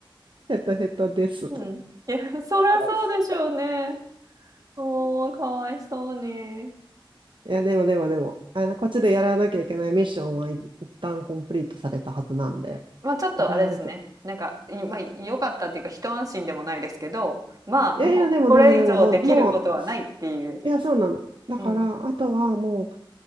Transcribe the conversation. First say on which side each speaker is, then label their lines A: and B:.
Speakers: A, on the right; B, on the right.
A: ヘトヘトです。
B: うん。いや、そらそうでしょうね。
A: 怖いっす
B: おー、かわいそうに。
A: いや、でもでもでも、あの、こっちでやらなきゃいけないミッションは一旦コンプリートされたはずなんで、
B: まあちょっとあれですね。
A: とりあえず。
B: なんか、いまあ良かったっていうか一安心でもないですけど、まあもうこれ以上できることはないっていう。
A: いやいや、でもでもでも、もう、もう、いや、そうなの。だから、
B: うん。
A: あとはもう、